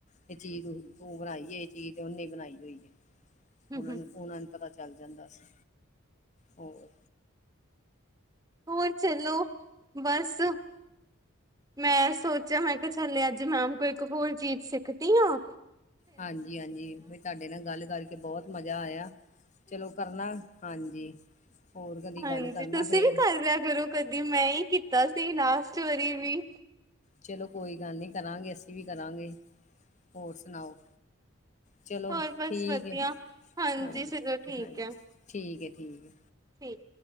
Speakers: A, on the left (about 35°); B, on the right (about 15°).
A: ਤੇ ਚੀਜ਼ ਤੂੰ ਬਣਾਈ ਏ ਇਹ ਚੀਜ਼ ਤੇ ਉਹਨੇ ਬਣਾਈ ਹੋਈ ਹੈ।
B: ਹੂੰ
A: ਉਹਨਾਂ ਨੂੰ, ਓਹਨਾਂ ਨੂੰ ਪਤਾ ਚੱਲ ਜਾਂਦਾ ਸੀ। ਹੋਰ!
B: ਹੋਰ ਚਲੋ, ਬਸ ਮੈਂ ਸੋਚਿਆ ਮੈਂ ਕਿਹਾ ਚੱਲ ਅੱਜ ਮੈਮ ਕੋ ਇੱਕ ਹੋਰ ਚੀਜ਼ ਸਿੱਖਦੀ ਆ।
A: ਹਾਂਜੀ, ਹਾਂਜੀ ਵੀ ਤੁਹਾਡੇ ਨਾਲ ਗੱਲ ਕਰ ਕੇ ਬਹੁਤ ਮਜ਼ਾ ਆਇਆ, ਚਲੋ ਕਰਨਾ, ਹਾਂਜੀ। ਹੋਰ ਕਦੀ
B: ਹਾਂਜੀ
A: ਗੱਲ ਕਰਨਾ
B: ਤੁਸੀਂ
A: ਫੇਰ
B: ਵੀ ਕਰ ਲਿਆ ਕਰੋ ਕਦੀ ਮੈਂ ਹੀ ਕੀਤਾ ਸੀ ਲਾਸਟ ਵਾਰੀ ਵੀ।
A: ਚਲੋ ਕੋਈ ਗੱਲ ਨਹੀਂ ਕਰਾਂਗੇ ਅਸੀਂ ਵੀ ਕਰਾਂਗੇ, ਹੋਰ ਸੁਣਾਓ। ਚਲੋ
B: ਹੋਰ ਬਸ
A: ਠੀਕ
B: ਵਧੀਆ
A: ਹੈ, ਹਾਂਜੀ,
B: ਚਲੋ ਠੀਕ
A: ਹਾਂਜੀ
B: ਹੈ
A: ਠੀਕ ਏ ਠੀਕ ਏ।
B: ਠੀਕ।